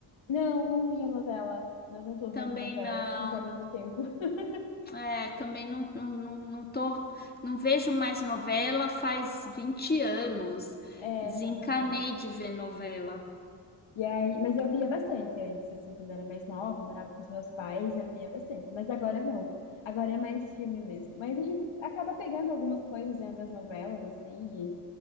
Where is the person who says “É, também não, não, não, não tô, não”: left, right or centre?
Left